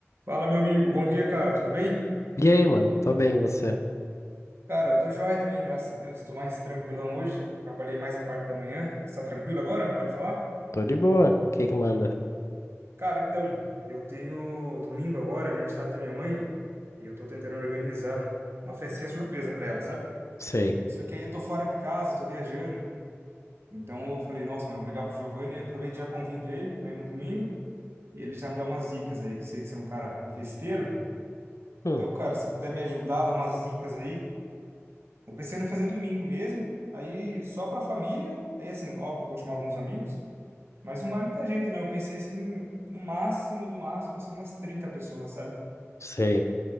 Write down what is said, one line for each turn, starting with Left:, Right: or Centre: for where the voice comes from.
Right: Fala, meu amigo. Bom dia, cara. Tudo bem?
Left: E aí, mano? Tô bem, e você?
Right: Cara, eu tô joia também, graças a Deus. Tô mais tranquilão hoje. Trabalhei mais a parte da manhã. Está tranquilo agora? Pode falar?
Left: Tô de boa. O que que manda?
Right: Cara, então, eu tenho domingo agora, aniversário da minha mãe, e eu tô tentando organizar uma festinha surpresa pra ela, sabe?
Left: Sei.
Right: Só que aí eu tô fora de casa, tô viajando. Então eu falei, nossa, mano, vou ligar pro Giovanni e aproveito e já convido ele pra ir no domingo. E ele já me dá umas dicas aí, que sei que você é um cara festeiro.
Left: Hum,
Right: Então, cara, se você puder me ajudar, dar umas dicas aí, Eu pensei em fazer domingo mesmo, aí só pra família, aí assim, óbvio que eu vou chamar alguns amigos, mas não vai muita gente, né? Eu pensei assim, no máximo do máximo, assim, umas 30 pessoas, sabe?
Left: sei.